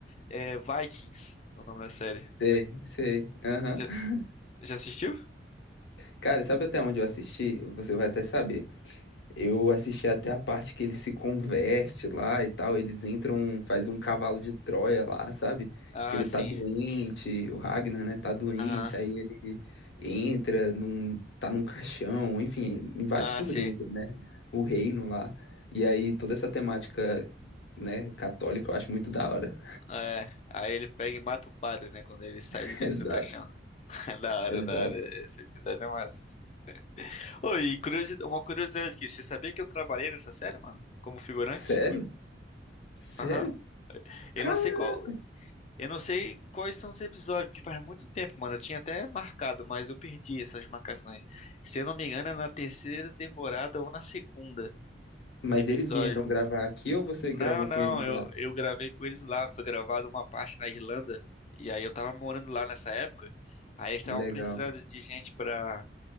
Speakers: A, on the left; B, on the left.
A: é Vikings, o nome da série.
B: Sei, sei. Aham.
A: Já,
B: <laughs>
A: já assistiu?
B: Cara, sabe até onde eu assisti? Você vai até saber. Eu assisti até a parte que ele se converte lá e tal. Eles entram, faz um cavalo de Troia lá, sabe?
A: Ah,
B: Que ele
A: sim.
B: tá doente, o Ragnar, né, tá doente.
A: Aham.
B: Aí ele entra, num, tá num caixão, enfim, invade
A: Ah,
B: por
A: sim.
B: dentro, né? O reino lá. E aí toda essa temática, né, católica eu acho muito da hora.
A: É. Aí ele pega e mata o padre, né? Quando ele sai
B: <laughs>
A: de dentro
B: Exato,
A: do caixão. <laughs> É da hora,
B: exato.
A: da hora. Esse episódio é massa. Ô, e curiosidade, uma curiosidade aqui. Você sabia que eu trabalhei nessa série, mano? Como figurante?
B: Sério? Sério?
A: Aham. Eu
B: Cara!
A: não sei qual, Eu não sei quais são os episódios, porque faz muito tempo, mano. Eu tinha até marcado, mas eu perdi essas marcações. Se eu não me engano, é na terceira temporada ou na segunda
B: Mas
A: no episódio.
B: eles vieram gravar aqui ou você
A: Não,
B: gravou
A: não,
B: com eles
A: eu,
B: lá?
A: eu gravei com eles lá. Foi gravado uma parte na Irlanda. E aí eu tava morando lá nessa época. Aí eles
B: Que
A: estavam
B: legal.
A: precisando de gente pra,